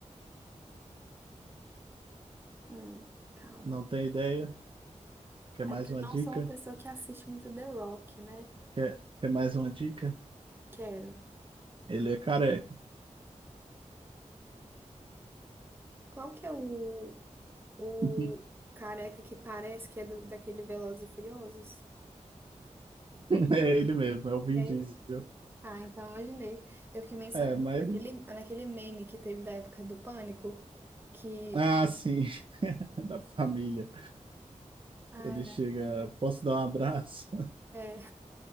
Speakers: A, on the right (about 15°); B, on the right (about 40°).
A: hum, calma.
B: Não tem ideia? Quer
A: É
B: mais
A: porque
B: uma
A: eu não
B: dica?
A: sou uma pessoa que assiste muito The Rock, né?
B: Quer, quer mais uma dica?
A: Quero.
B: Ele é careca.
A: Qual que é o, O
B: <laughs>
A: careca que parece que é do, daquele Velozes e Furiosos?
B: É ele mesmo, é o Vin
A: É.
B: Diesel.
A: Ah, então imaginei. Eu fiquei meio pensando
B: É, mas
A: naquele,
B: ele...
A: naquele meme que teve da época do pânico, que.
B: Ah, sim, <laughs> da família.
A: Ai,
B: Ele chega,
A: ai,
B: posso dar um abraço?
A: é.